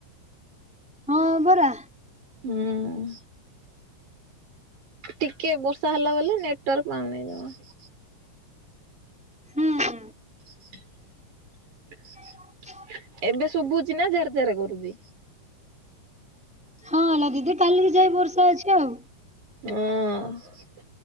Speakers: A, in the centre; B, on the right.
A: ହଁ, ପରା।
B: ହୁଁ। ଟିକେ ବର୍ଷା ହେଲା ବୋଲି ନେଟୱାର୍କ ପାଉନାହିଁ ଜମା।
A: ହୁଁ।
B: <inaudible>
A: <inaudible>
B: ଏବେ ଶୁଭୁଛି ନା ଜାର ଜାର କରୁଛି।
A: ହଁ ଏଲା ଦିଦି କାଲିକି ଯାଇ ବର୍ଷା ଅଛି ଆଉ।
B: ହଁ।